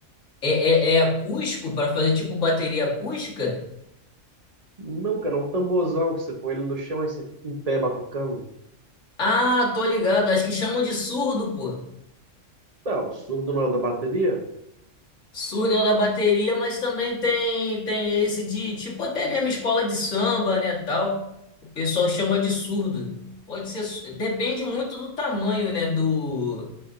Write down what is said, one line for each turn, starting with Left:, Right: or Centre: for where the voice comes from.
Left: é, é é acústico para fazer tipo bateria acústica?
Right: Não, cara, é um tamborzão que você põe ele no chão e você fica em pé batucando.
Left: Ah, tô ligado. Acho que chamam de surdo, pô.
Right: Não, o surdo não é da bateria?
Left: Surdo é o da bateria, mas também tem tem esse de tipo até mesmo escola de samba, né, tal. O pessoal chama de surdo. Pode ser, su- depende muito do tamanho, né, do